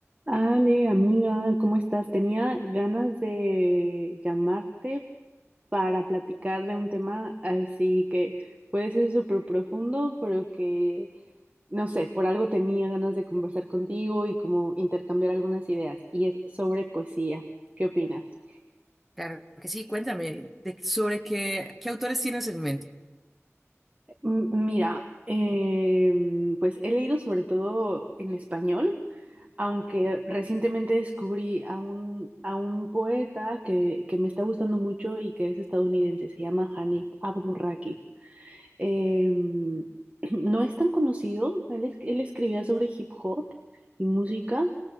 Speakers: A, on the right (about 30°); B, in the centre.
A: Ale, amiga, ¿cómo estás? Tenía ganas de llamarte para platicar de un tema así que puede ser súper profundo, pero que, no sé, por algo tenía ganas de conversar contigo y como intercambiar algunas ideas, y es sobre poesía. ¿Qué opinas?
B: Claro que sí, cuéntame de, sobre qué, qué autores tienes en mente.
A: M- mira, em, pues he leído sobre todo en español. aunque recientemente descubrí a un, a un poeta que, que me está gustando mucho y que es estadounidense, se llama Hanif Abdurrakif. Eh, <clears throat> no es tan conocido, él, es- él escribía sobre hip hop y música,